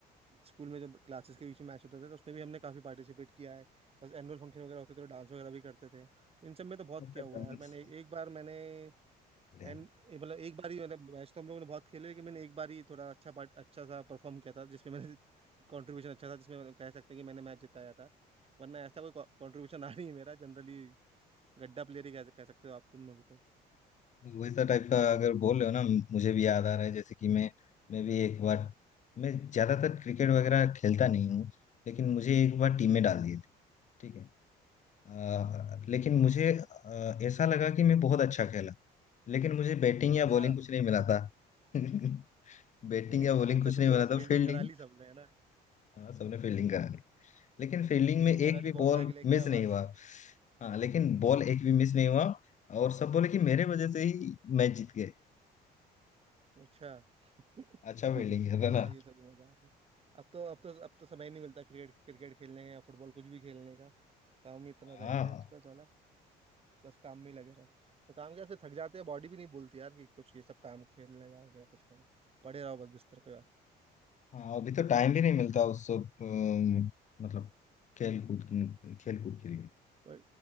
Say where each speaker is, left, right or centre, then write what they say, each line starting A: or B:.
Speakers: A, on the right; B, on the left.
A: स्कूल में जब क्लासेस के बीच में मैच होते थे तो उसमें भी हमने काफ़ी पार्टिसिपेट किया है बस एनुअल फंक्शन वगैरह होते थे तो डांस वगैरह भी करते थे तो इन सब में तो बहुत
B: ऐसा
A: किया हुआ
B: dance,
A: है यार मैंने एक एक बार मैंने
B: बढ़िया
A: एंड मतलब एक बार ही मतलब मैच तो हम लोगों ने बहुत खेले लेकिन मैंने एक बार ही थोड़ा अच्छा पार्ट अच्छा सा परफॉर्म किया था जिसमें मैंने कंट्रीब्यूशन अच्छा था जिसमें मतलब कह सकते हैं कि मैंने मैच जिताया था वरना ऐसा कोई कंट्रीब्यूशन आ नहीं है मेरा जनरली गड्ढा प्लेयर ही कह, कह सकते हो आप तुम मेरे को
B: वैसा टाइप का अगर बोल रहे हो ना मुझे भी याद आ रहा है जैसे कि मैं मैं भी एक बार मैं ज्यादातर क्रिकेट वगैरह खेलता नहीं हूँ लेकिन मुझे एक बार टीम में डाल दिए थे ठीक है अ, लेकिन मुझे अ, ऐसा लगा कि मैं बहुत अच्छा खेला लेकिन मुझे बैटिंग
A: अच्छा
B: या बॉलिंग कुछ नहीं
A: <laughs>
B: मिला था <laughs> बैटिंग
A: अच्छा
B: या बॉलिंग कुछ
A: तुमसे
B: नहीं मिला
A: बस फील्डिंग
B: था फील्डिंग
A: करा ली सबने है ना
B: हाँ सबने फील्डिंग करा ली लेकिन फील्डिंग
A: फील्डिंग
B: में एक
A: करा ली
B: भी
A: बॉल
B: बॉल
A: उठा के लेके
B: मिस
A: आया
B: नहीं
A: बस
B: हुआ हाँ लेकिन
A: हम्म
B: बॉल एक भी मिस नहीं हुआ और सब बोले कि मेरे वजह से ही मैच जीत गए
A: अच्छा <laughs>
B: अच्छा फील्डिंग
A: नहीं
B: किया था
A: यार
B: ना
A: ये सभी मजा आते हैं अब तो अब तो अब तो समय ही नहीं मिलता क्रिकेट क्रिकेट खेलने का या फुटबॉल कुछ भी खेलने का काम ही इतना
B: हाँ
A: रह गया है आजकल साला बस काम में ही लगे रहो तो काम क्या फिर थक जाते हैं बॉडी भी नहीं बोलती यार कि कुछ ये सब काम खेलने जाओगे या कुछ करो पड़े रहो बस बिस्तर पे यार
B: हाँ अभी तो टाइम भी नहीं मिलता उस सब अम, मतलब खेल कूद खेल कूद के लिए
A: वही